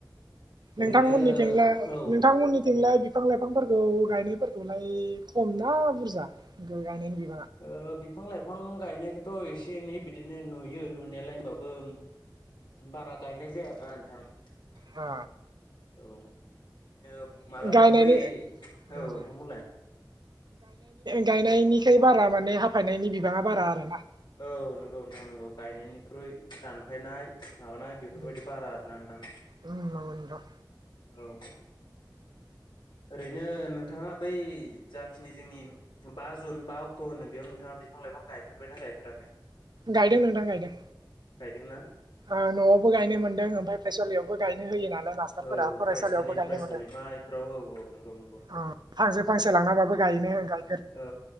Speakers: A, on the left; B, on the right.
A: ओरैनो
B: नोंथांमोननिंलाय
A: औ
B: नोंथांमोननिथिंलाय बिफां - लाइफां फांफोरखौ गायनायफोरखौलाय खम ना बुरजा गायनायनि बि
A: ओ बि फां लाइफां गायनायखौथ' एसे एनै बिदिनो नुयो नुनायालाय होमबाबो बारा गायनाय जाया आरोना नोंथां।
B: अ
A: औ बिदिनो मालाबाथ'
B: गायनायनि
A: बै
B: उम
A: औ नोंथां बुंलाय
B: गायनायनिखै बारा माने हाफायनायनि बिबाङा बारा आरो ना
A: औ नंगौ नोंथां नंगौ गायनायनिख्रुइ दान- फायनाय माबानाय बेफोरबायदि
B: उम
A: बारा आरोना नोनथां
B: उम नंगौ नोंथां
A: औ ओरैनो नोंथाङा बै जाखिनि जोंनि बा जुन बा अक्ट' होनो बेयाव नोंथाङा बिफां लाइफां गायफेरबायना गायफेराखै?
B: गायदों नोंथां गायदों
A: गायदोंना?
B: ओ न'आवबो गायनो मोन्दों ओमफाय फरायसालियावबो गायनो होयो नालाय मास्टारफोरा
A: औ
B: फरायसालियावबो
A: फरायसालि
B: गायनो
A: फरायसालिमा
B: मोनदों
A: इफोराव औ औ नंगौ नंगौ
B: ओं फांसे फांसे लांनाबाबो गायनो गाय-
A: औ